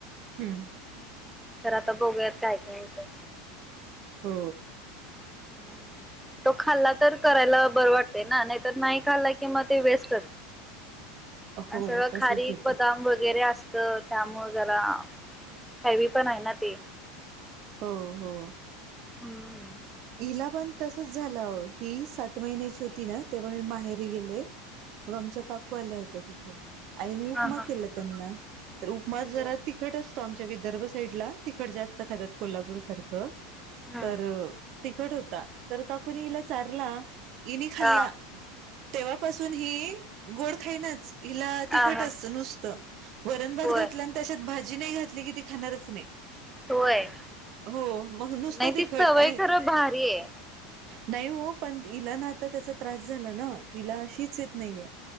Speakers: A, on the right (about 45°); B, in the centre.
A: हम्म.
B: खरं आता बघूयात काय काय होतय.
A: हो.
B: हा ना, तो खाल्ला तर करायला बरं वाटतयं ना, नाही तर नाही खाल्ला कीं मग ते वेस्टच. आणि
A: हो
B: सगळं
A: तसच
B: खारीक,
A: होत
B: बदाम वगैरे अस तर त्यामुळ जरा हेवी पण आहे ना ते.
A: हो हो.
B: हूम्म.
A: हीला पण तसच झालं, ही सात महिन्याची होती ना तेव्हा मी माहेरी गेले मग आमच्या काकू आल्या होत्या ति तो आईने उपमा
B: हा हा
A: केला त्यांना. तर, उपमा जरा
B: बर
A: तिखट अस आमच्या विदर्भ साईडला तिखट जास्त खातात. कोल्हापूर सारखं
B: हम्म
A: तर अ तिखट होत त तर काकुनी हिला चारला इनी खाल्ला,
B: हा
A: तेव्हापासून हि गोड खाईनाच. इला
B: हा
A: तिखटं
B: हा
A: असं नुसतं, वरण भात
B: होय
A: घातल्यान त्याच्यात भाज जी नाही घातली की, ती खाणारच नाही.
B: होय.
A: हो, मग नुसतं
B: नाही
A: तिखट
B: ती सवय
A: आणि
B: खरं भारी आहे
A: नाही हो पण इला ना आता त्याचा त्रास झाला ना तिला शीच येत नाहीय